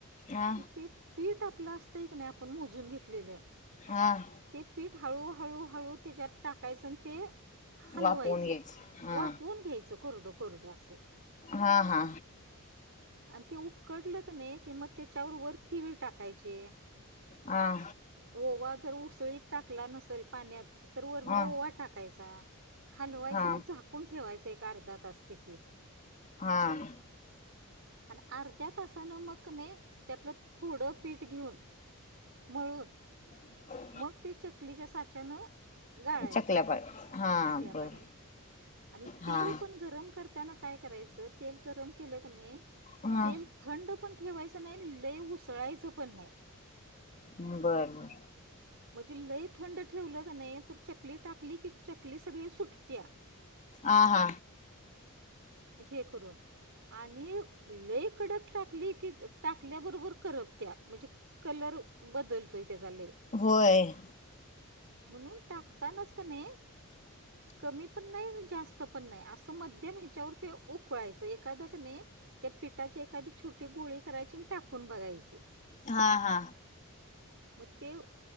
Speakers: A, on the left; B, on the right.
A: हा
B: की ते पीठ आपलं असतंय क नाही आपण मोजून घेतलेलं.
A: हां.
B: ते पीठ हळूहळू हळू त्याच्यात टाकायचं आणि ते हल
A: वाफवून
B: व्हायचं
A: घ्यायचं हा
B: वापून घ्यायचं कोरडं कोरडं असं.
A: हा हा.
B: आणि ते उकडलं क नाही की मग त्याच्यावर वर तीळ टाकायचे
A: हा
B: ओवा जर उसळीत टाकला नसेल पाण्यात तर वरण
A: हा
B: ओवा टाकायचा. हलवायचं
A: हा
B: आणि झाकून ठेवायचं एक अर्धा तास ते पीठ.
A: हां.
B: आणि अर्ध्या तासानं मग कन‌ई त्यातलं थोडं पीठ घेऊन मळून.
A: <inaudible>
B: मग ते चकलीच्या साच्यानं गाळायचं
A: चकल्या पाहिजे हा
B: चकल्या
A: बर
B: पाडायचं. आणि तेल
A: हा
B: पण गरम करताना काय करायचं, तेल गरम केलं क नाही
A: हा
B: तेल थंड पण ठेवायचं नाही लय उसळायचं पण नाही.
A: बरं बर.
B: म्हणजे लय थंड ठेवलं का नाही तर चकली टाकली की चकली सगळी सुटत्या.
A: आ हा.
B: हे करून आणि लय कड टाकली की टाकल्याबरोबर करप त्या म्हणजे कलर बदलतो त्याचा लय.
A: होय.
B: म्हणून टाकता नच कने.
A: <inaudible>
B: कमी पण नाही जास्त पण नाही असं मध्यम ह्याच्यावर ते उकळायचं एखादकने त्या पिठाची एखादी छोटी गोळी करायची आणि टाकून बघायची.
A: हा हा.
B: हा, म ते व